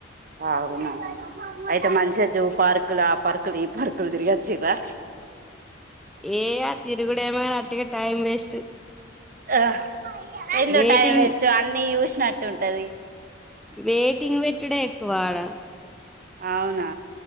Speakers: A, on the right; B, in the centre.
A: అవునా అయితే మనుషది పార్కులు ఆ పార్కులు ఈ పార్కులు తిరిగి వచ్చరా
B: ఏ ఆ తిరుగుడమ అటిగా టైం వేస్ట్
A: ఆ ఎందుో
B: వెయిటింగ్
A: టైం వేస్ట్ అన్ని చూసినట్టు ఉంటది
B: వెయిటింగ్ పెట్టుడ ఎక్కువడా
A: అవునా